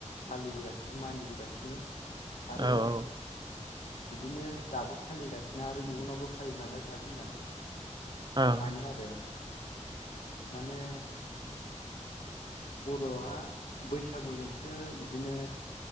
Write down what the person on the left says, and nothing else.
फालिबोगासिनो मानिबोगासिनो आरो
बिदिनो दाबो फालिगासिनो आरो इयुनावबो फालिलांबाय थागोन होननानै
सानो आरो माने बर'हा बैसागुजोंसो बिदिनो